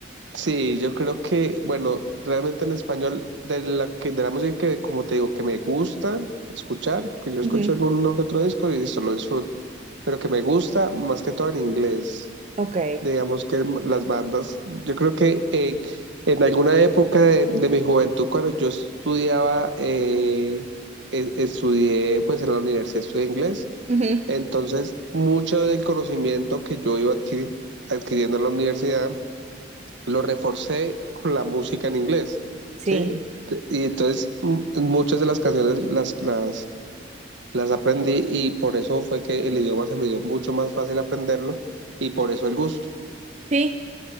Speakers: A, on the right (about 70°); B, on the right (about 35°).
A: Sí, yo creo que, bueno, realmente en español, de la, que, de la música que, como te digo, que me gusta escuchar, porque yo
B: Ujú,
A: escucho alguno que otro disco y listo, lo disfruto, pero que me gusta más que todo en inglés.
B: Ok.
A: Digamos que las bandas, yo creo que eh, en alguna época de, de mi juventud, cuando yo estudiaba, eh, e- estudié pues en la universidad, estudié inglés,
B: Ujú,
A: entonces mucho del conocimiento que yo iba adquiri- adquiriendo en la universidad, lo reforcé con la música en inglés,
B: Sí.
A: ¿sí? Y entonces m- muchas de las canciones las, las, las aprendí y por eso fue que el idioma se me dio mucho más fácil aprenderlo y por eso el gusto,
B: Sí.